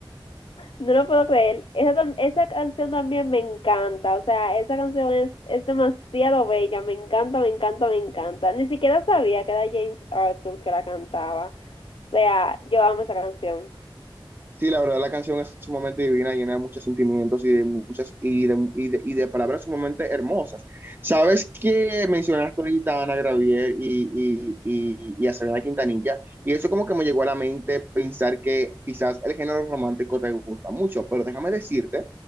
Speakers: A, on the left; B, on the right.
A: No lo puedo creer. Esa, tam- esa canción también me encanta. O sea, esa canción es, es demasiado bella. Me encanta, me encanta, me encanta. Ni siquiera sabía que era James Arthur que la cantaba. O sea, yo amo esa canción.
B: Sí, la verdad la canción es sumamente divina, llena de muchos sentimientos y de muchas y de, y de, y de palabras sumamente hermosas. Sabes que mencionaste ahorita a Ana Gravier y, y, y, y a Selena Quintanilla, y eso como que me llegó a la mente pensar que quizás el género romántico te gusta mucho, pero déjame decirte